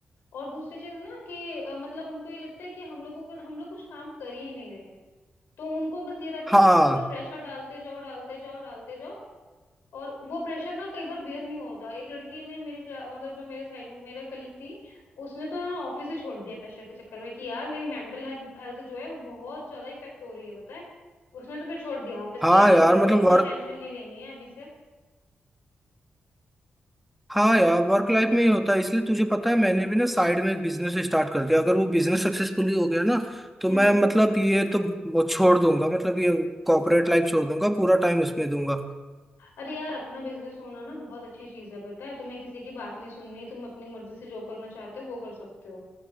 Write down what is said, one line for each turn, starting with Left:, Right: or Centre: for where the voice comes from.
Left: और दूसरी चीज ना कि अ, मतलब उनको ये लगता है कि हम लोगों को हम लोग कुछ काम कर ही नहीं रहे हैं तो उनको बस ये रहता है
Centre: हाँ
Left: कि इनके ऊपर प्रेशर डालते जाओ डालते जाओ डालते जाओ और वो प्रेशर ना कई बार बेयर नहीं होता एक लड़की ने मेरी क्ला- मतलब जो मेरे साइड मेरे कलीग थी उसने तो ना ऑफिस ही छोड़ दिया प्रेशर के चक्कर में कि यार मेरी मेंटल हेल्थ जो है वो बहुत ज्यादा इफेक्ट हो रही है बताए उसने तो फिर छोड़ दिया ऑफिस
Centre: हाँ
Left: की यार
Centre: यार
Left: मेरे
Centre: मतलब
Left: को इतना
Centre: वर्क
Left: टेंशन नहीं लेनी है अभी से
Centre: हाँ यार वर्क लाइफ में ही होता है इसलिए तुझे पता है मैंने भी ना साइड में एक बिजनेस स्टार्ट कर दिया अगर वो बिजनेस सक्सेसफुली हो गया ना तो
Left: हम्म
Centre: मैं
Left: हम्म।
Centre: मतलब ये तो वो छोड़ दूंगा मतलब ये कॉर्पोरेट लाइफ छोड़ दूंगा पूरा टाइम उसमें दूंगा
Left: अरे यार अपना बिजनेस होना ना बहुत अच्छी चीज है पता है तुम्हें किसी की बात नहीं सुननी तुम अपनी मर्जी से जो करना चाहते हो वो कर सकते हो